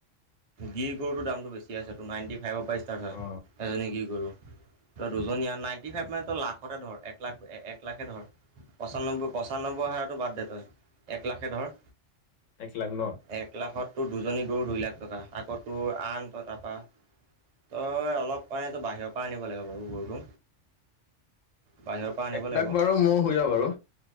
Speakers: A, on the right (about 45°); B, on the left (about 85°).
A: গিৰ গৰুটোৰ দামটো বেছি আছেতো, নাইণ্টি ফাইভৰ পৰাই ইষ্টাৰ্ট হয়,
B: অ
A: এজনী গিৰ গৰু। ত' দুজনী আন নাইন্টি ফাইভ মানেতো লাখতে ধৰ একলাখ, একলাখে ধৰ। পঁচান্নব্বৈ, পঁচান্নব্বৈ হাজাৰটো বাদ দে তই, একলাখে ধৰ।
B: একলাখ ন?
A: এক লাখত তোৰ দুজনী গৰু দুই লাখ টকা, আকৌ তোৰ আন তই তাপা তই অলপ মানে তই বাহিৰৰ পৰা আনিব লাগিব বাৰু গৰুটো। বাহিৰৰ পৰা আনিব
B: এক
A: লাগিব।
B: লাখ বাৰু মোৰ হৈ যাব বাৰু